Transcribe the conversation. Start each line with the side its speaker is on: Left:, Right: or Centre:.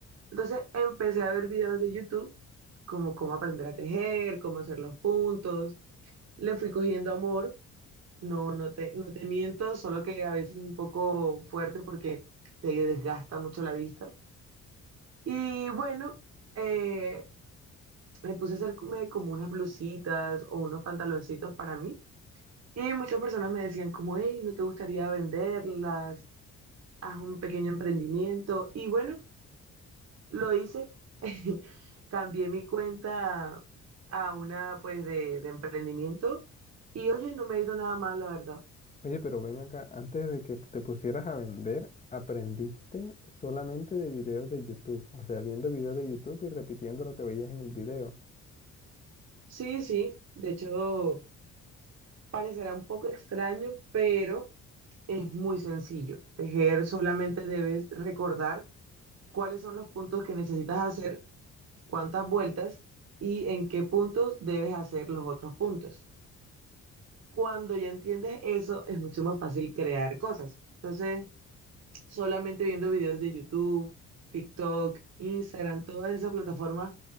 Right: Entonces empecé a ver videos de YouTube como cómo aprender a tejer, cómo hacer los puntos. Le fui cogiendo amor. No, no te, no te miento, solo que a veces es un poco fuerte porque te desgasta mucho la vista. Y bueno, eh, me puse a hacerme como unas blusitas o unos pantaloncitos para mí. Y muchas personas me decían como, hey, ¿no te gustaría venderlas? Haz un pequeño emprendimiento. Y bueno, lo hice. <laughs> Cambié mi cuenta a una pues de, de emprendimiento. Y oye, no me ha ido nada mal, la verdad.
Left: Oye, pero ven acá, antes de que te pusieras a vender, aprendiste solamente de videos de YouTube, o sea, viendo videos de YouTube y repitiendo lo que veías en el video.
Right: Sí, sí, de hecho parecerá un poco extraño, pero es muy sencillo. Tejer solamente debes recordar cuáles son los puntos que necesitas hacer, cuántas vueltas y en qué puntos debes hacer los otros puntos. Cuando ya entiendes eso, es mucho más fácil crear cosas. Entonces, solamente viendo videos de YouTube, TikTok, Instagram, todas esas plataformas,